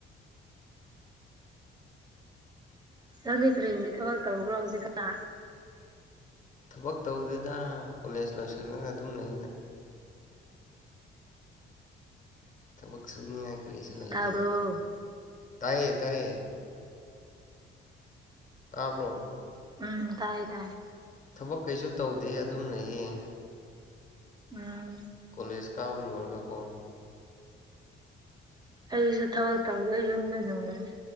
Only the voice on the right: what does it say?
ꯅꯪꯗꯤ ꯀꯔꯤ <unintelligible> ꯊꯕꯛ ꯇꯧꯕ꯭ꯔꯣ ꯍꯧꯖꯤꯛꯈꯇꯥ
ꯇꯥꯕ꯭ꯔꯣ
ꯎꯝ ꯇꯥꯏ ꯇꯥꯏ
ꯎꯝ
ꯑꯩꯁꯨ ꯊꯕꯛ ꯇꯧꯗꯦ ꯌꯨꯝꯗ ꯑꯗꯨꯝ ꯂꯩ